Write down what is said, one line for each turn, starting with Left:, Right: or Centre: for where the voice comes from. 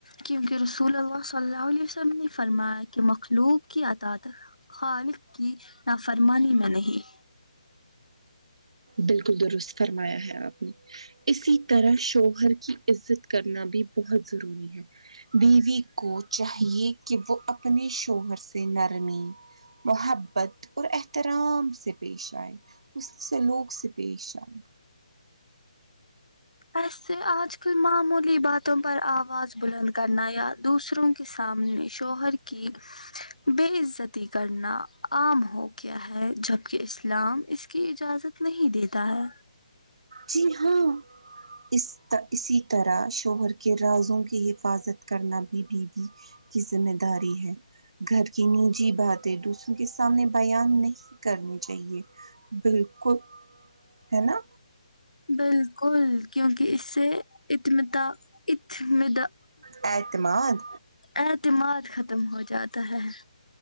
Left: کیوکہ رسول اللہ صلی علی وسلم سلام فرمایا کہ مخلوک کی اطاعت خالق کی نافرمانی میں نہیں
Right: بالکل درست فرمایا ہے آپ نے اسی طرح شوہر کی عزت کرنا بھی بہت ضروری ہے بیوی کو چاہیے کہ وہ اپنے شوہر سے نرمی محبت اور احترام سے پیش ائے حسن سلوک سے پیش آئے
Left: آج سے آج کل معمول باتوں پر آواز بلند کرنا یا دوسروں کے سامنے شوہر کی بے عزتی کرنا عام ہو گیا ہے جب کہ اسلام اس کی اجازت نہیں دیتا ہے
Right: جی ہاں اس اسی طرح شوہر کے رازوں کی حفاظت کرنا بھی بیوی کی ذمہ داری ہے گھر کی نجی باتیں دوسروں کے سامنے بیان نہیں کرنی چاہیے بالکل ہے نا
Left: بالکل کیوکہ اس سے یتمیدہ یتمیدہ
Right: اعتماد
Left: اعتماد ختم ہو جاتا ہے